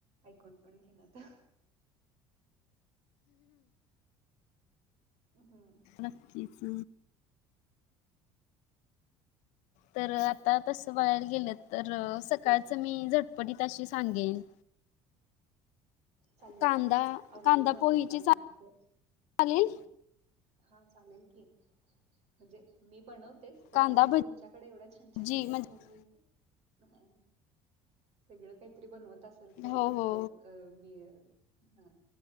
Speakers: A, on the right; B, on the left.
A: ऐकून पण घेईन आता. अं हम्म.
B: नक्कीच तर आता,, तस बघयला गेलं
A: आता
B: तर सकाळच
A: हा
B: मी झटपटीतऽऽऽ तशी सांगेन.
A: चालेल
B: कांदा
A: की, आवडेल
B: कांदा
A: मला
B: पोहेची
A: कारण माझ हा.
B: चालेल
A: हा चालेल की, म्हणजे मी बनवऽ तेच, परंतु
B: कांदा
A: तुमच्याकडे एवढं छान,
B: भजी
A: छान असतात
B: म्हणजे
A: तुम्ही ह, वेगळं काहीतरी बनवत असेल तर
B: हो हो
A: खरंच अं,, हा,,